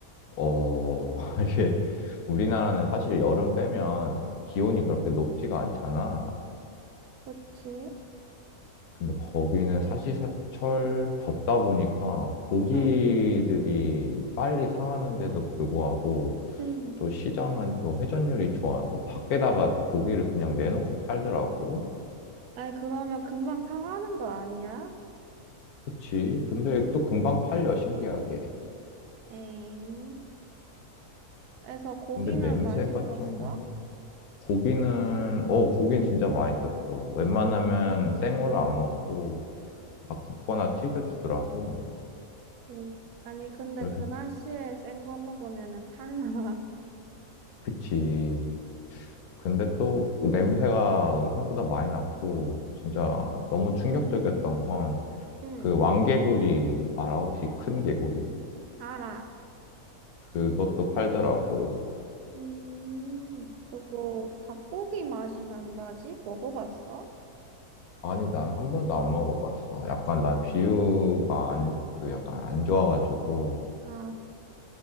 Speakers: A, on the left; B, on the right.
A: 어 <laughs> 이게 우리나라는 사실 여름 빼면 기온이 그렇게 높지가 않잖아.
B: 그치,
A: 근데 거기는 사시사철 덥다 보니까 고기들이
B: 응,
A: 빨리 상하는데도 불구하고
B: 응.
A: 또 시장은 또 회전율이 좋아서 밖에다가 고기를 그냥 내놓고 팔더라고.
B: 아니, 그러면 금방 상하는 거 아니야?
A: 그치. 근데 또 금방 팔려, 신기하게.
B: 엥. 그래서 고기는
A: 근데 냄새가
B: 맛있었어?
A: 좀, 고기는, 어, 고기는 진짜 맛있었어. 웬만하면
B: 오.
A: 생으로 안 먹고, 다 굽거나 튀겨주더라고.
B: 음. 아니, 근데
A: 그래서,
B: 그 날씨에 센 거 먹으면은 탈나. <laughs>
A: 그치. 근데 또 냄새가 너무 생각보다 많이 났고, 진짜 너무 충격적이었던
B: 음,
A: 건,
B: 응,
A: 그 왕개구리, 알아? 혹시 큰 개구리?
B: 알아.
A: 그것도 팔더라고.
B: 음, 그거 닭고기 맛이 난다지? 먹어봤어?
A: 아니, 난 한 번도 안 먹어봤어. 약간 난 비유가 안, 그 약간 안 좋아가지고.
B: 아,